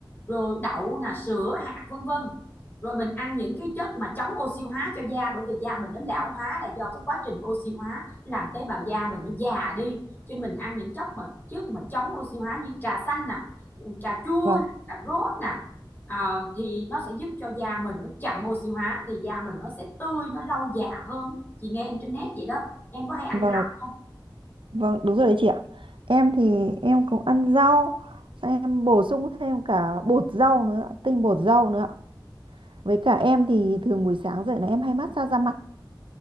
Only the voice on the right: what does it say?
vâng
vâng
vâng đúng rồi đấy chị ạ em thì em cũng ăn rau xong em bổ sung thêm cả bột rau nữa tinh bột rau nữa với cả em thì thường buổi sáng dậy là em hay massage da mặt